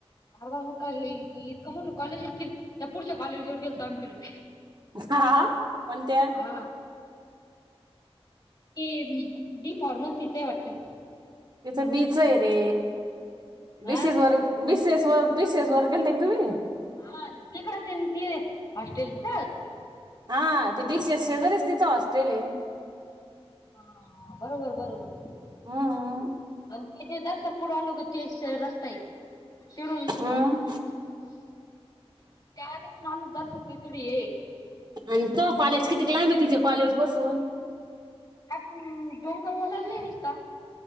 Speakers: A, on the left; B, on the right.
A: अरे बाबा! का इतक मोठं कॉलेज ये तिड. त्या पुढच्या कॉलेजवर गेलतो आम्ही तीड.
B: हा? कोणत्या?
A: हा ते बी फॉर्मसीचय वाटत.
B: तिचं बी च आहे रे. बीसीज
A: हा
B: वर बिसेस वर बी सेस वर गेलते का तुम्ही?
A: हा तिकडच ना ते हॉस्टेलच?
B: हा ते बीसीएस शेजारीच तिच हॉस्टेल ये.
A: ह बरोबर बरोबर.
B: हम्म
A: आण तथे दरसक पुढ आलो का तेच रस्ता आहे. तीडून
B: हम्म.
A: त्या तिकुन आलो का दरसक तू तिड ये.
B: अन तुझं कॉलेज किती लांब ये तुझ्या कॉलेज पासून?
A: अं डोंगर वलांडला ना निसता